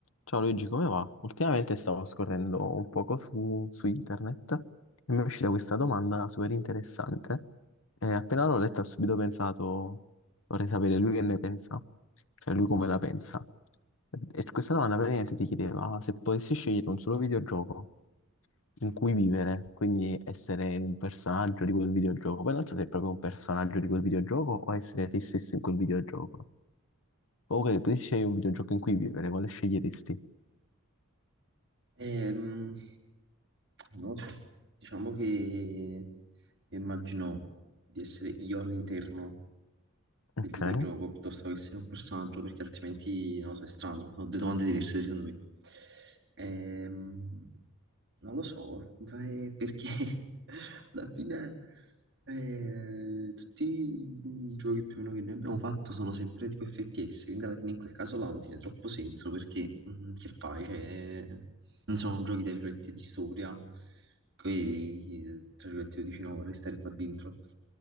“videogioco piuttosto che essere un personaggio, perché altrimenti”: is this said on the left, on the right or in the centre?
Right